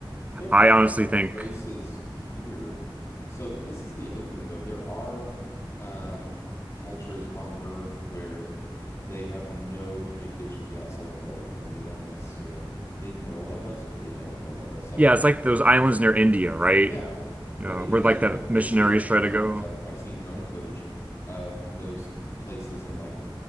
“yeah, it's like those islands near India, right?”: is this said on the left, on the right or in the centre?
Right